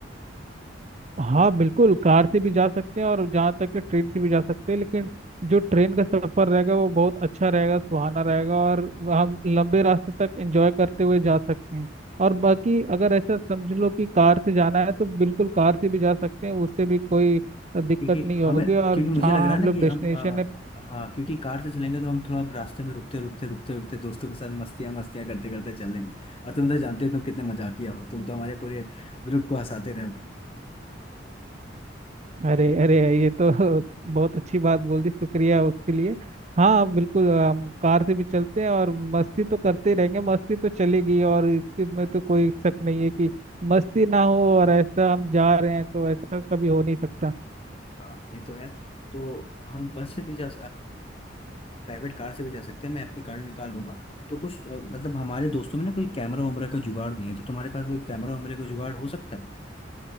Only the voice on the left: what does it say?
क्योंकि
हमें
क्योंकि मुझे
लग रहा
है ना
कि
हम अ,
हाँ क्योंकि कार से चलेंगे तो हम थोड़ा रास्ते में रुकते रुकते रुकते रुकते दोस्तों के साथ मस्तियाँ मस्तियाँ करते करते चलेंगे और तुम तो जानते हो तुम कितने मजाकिया हो तुम तो हमारे पूरे ग्रुप को हंसाते रहे हो।
हाँ ये तो है तो हम बस से भी जा प्राइवेट कार से भी जा सकते हैं मैं अपनी कार निकाल लूंगा तो कुछ अ, मतलब हमारे दोस्तों में ना कोई कैमरा वैमरा का जुगाड़ नहीं है तो तुम्हारे पास वो कैमरा वैमरे का जुगाड़ हो सकता है